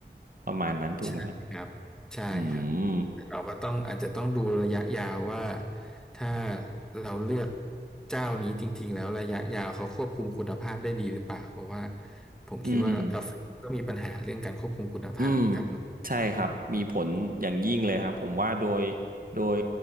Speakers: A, on the right; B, in the centre.
A: ประมาณนั้นถูกไหมฮะ
B: ใช่ครับใช่ครับ
A: อืม
B: เราก็ต้องอาจจะต้องดูระยะยาวว่าถ้าเราเลือกเจ้านี้จริงๆแล้วระยะยาวเขาควบคุมคุณภาพได้ดีหรือเปล่าเพราะว่าผมคิดว่ากาแฟก็มีปัญหาเรื่องการควบคุมคุณภาพเหมือนกันเนาะ
A: อืม อืมใช่ครับมีผลอย่างยิ่งเลยครับผมว่าโดยโดย